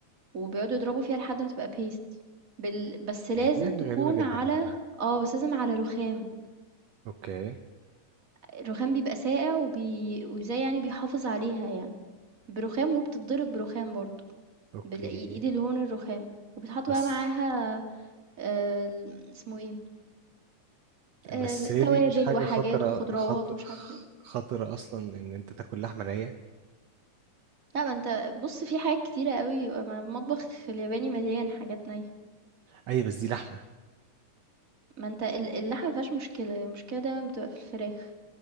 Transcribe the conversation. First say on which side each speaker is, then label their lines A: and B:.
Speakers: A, on the right (about 30°); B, on the right (about 70°).
A: وبيقعدوا يضربوا فيها لحد ما تبقى بيست بال... بس لازم
B: هي دي حاجه
A: تكون
B: غريبه جدا
A: على
B: يا جماعه
A: اه بس لازم على رخام
B: اوكي
A: الرخام بيبقى ساقع وبي... وزي يعني بيحافظ عليها يعني برخام وبتتضرب برخام برضو
B: اوكي
A: بالإيد الهون الرخام وبتحط
B: بس
A: بقى معاها آآ ال اسمه إيه، آآ
B: بس هي
A: توابل
B: دي مش حاجة
A: وحاجات
B: خطرة
A: وخضروات
B: خط...
A: ومش عارفة إيه.
B: خطرة أصلا إن أنت تاكل لحمة نية
A: لأ ما أنت بُص في حاجات كتيرة أوي ما المطبخ الياباني مليان حاجات نيّة،
B: أيوة بس دي لحمة
A: ما أنت ال اللحمة ما فيهاش مشكلة، هي المشكلة دايمًا بتبقى في الفراخ،